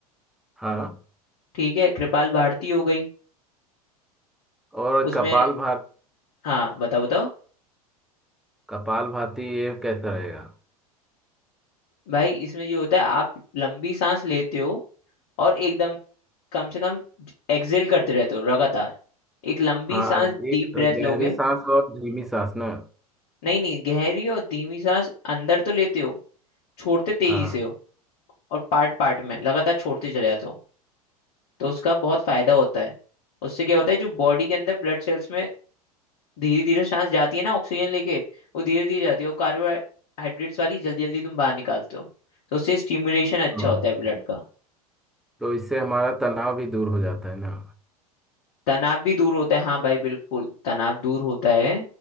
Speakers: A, in the centre; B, on the left.
A: हाँ
B: ठीक है कृपाल भारती हो गई
A: और
B: उसमें
A: कपाल भात
B: हाँ बताओ बताओ
A: कपाल भाती ये कैसा रहेगा
B: भाई इसमें जो होता है आप लंबी सांस लेते हो और एकदम कम से कम एक्सेल करते रहते हो लगातार एक लंबी
A: हाँ
B: सांस
A: एक
B: डीप ब्रेथ
A: गहरी
B: लोगे
A: सांस और धीमी सांस ना
B: नहीं नहीं गहरी और धीमी सांस अंदर तो लेते हो छोड़ते तेजी
A: हाँ
B: से हो और पार्ट पार्ट में लगातार छोड़ते चले जाते हो तो उसका बहुत फायदा होता है उससे क्या होता है जो बॉडी के अंदर ब्लड सेल्स में धीरे धीरे सांस जाती है ना ऑक्सीजन लेके वो धीरे धीरे जाती है और कार्बोहाइड्रेट्स वाली जल्दी जल्दी तुम बाहर निकालते हो तो उससे स्टिमुलेशन अच्छा
A: हाँ
B: होता है ब्लड का
A: तो इससे हमारा तनाव भी दूर हो जाता है ना
B: तनाव भी दूर होता है हाँ भाई बिल्कुल तनाव दूर होता है